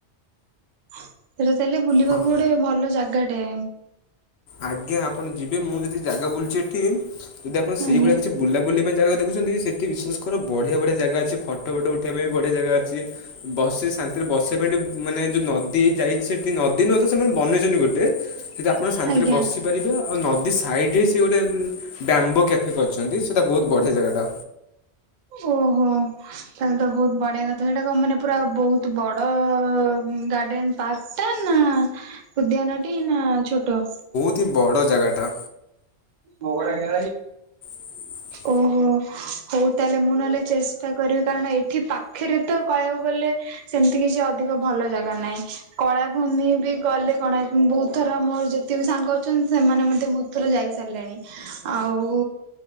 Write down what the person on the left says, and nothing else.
ହଁ।
ଆଜ୍ଞା ଆପଣ ଯିବେ ମୁଁ ଯେତିକି ଜାଗା ବୁଲୁଛି ହେଠି ଯଦି ଆପଣ ସେଇଭଳିଆ
କିଛି ବୁଲାବୁଲି <unintelligible> ଜାଗା ଦେଖୁଛନ୍ତି ସେଠି ବିଶ୍ୱାସ୍ କର ବଢ଼ିଆ ବଢ଼ିଆ ଜାଗା ଅଛି ଫଟୋ ଫଟୋ ଉଠେଇବା ପାଇଁ ବଢ଼ିଆ ଜାଗା ଅଛି। ବସି ଶାନ୍ତିରେ ବସିବା ପାଇଁ ଟିକେ ମାନେ ଯୋଉ ନଦୀ ଯାଇ ସେଠି ନଦୀ ନୁହଁ ତ ସେମାନେ ବନେଇଛନ୍ତି ଗୋଟେ ସେଦି ଆପଣ ଶାନ୍ତିରେ
ବସି ପାରିବେ ଆଉ ନଦୀ ସାଇଡ୍ ରେ ସେ ଗୋଟେ ବ୍ୟାମ୍ବୋ କ୍ୟାଫେ କରିଛନ୍ତି ସେତା ବୋହୁତ୍ ବଢ଼ିଆ ଜାଗାଟା।
ତି ବଡ଼ ଜାଗାଟା।
<inaudible>